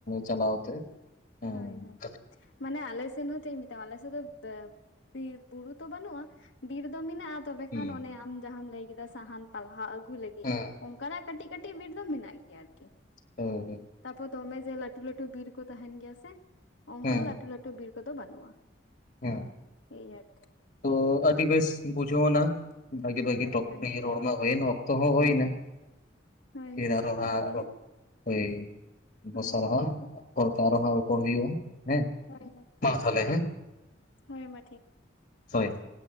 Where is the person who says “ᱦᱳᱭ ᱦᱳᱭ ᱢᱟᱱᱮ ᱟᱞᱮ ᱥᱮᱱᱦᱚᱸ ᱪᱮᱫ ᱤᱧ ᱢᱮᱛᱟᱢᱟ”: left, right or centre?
Left